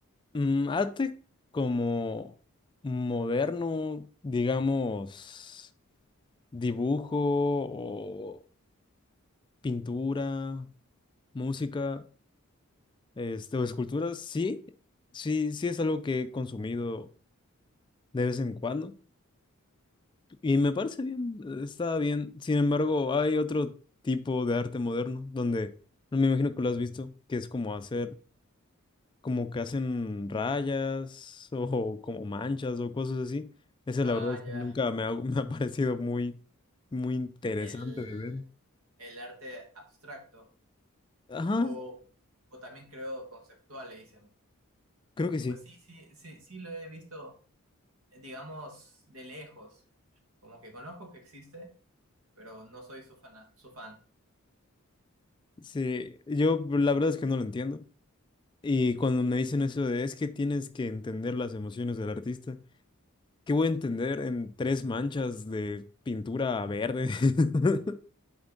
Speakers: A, on the left (about 20°); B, on the right (about 80°).
A: mm, arte como moderno, digamos, dibujo o pintura, música, este, o esculturas, sí, sí, sí es algo que he consumido de vez en cuando y me parece bien, está bien. Sin embargo, hay otro tipo de arte moderno donde, no me imagino que lo has visto, que es como hacer como que hacen rayas <laughs> o como manchas o cosas así. Esa
B: Ah,
A: la verdad es
B: ya,
A: que nunca me ha, <laughs> me ha parecido muy, muy interesante
B: el,
A: de ver.
B: el arte abstracto
A: Ajá,
B: o, o también creo conceptual, le dicen.
A: creo que sí.
B: Pues sí, sí, sí, sí lo he visto, digamos, de lejos. Como que conozco que existe, pero no soy su fan, su fan.
A: Sí, yo la verdad es que no lo entiendo. Y cuando me dicen eso de es que tienes que entender las emociones del artista, ¿qué voy a entender en tres manchas de pintura verde? <laughs>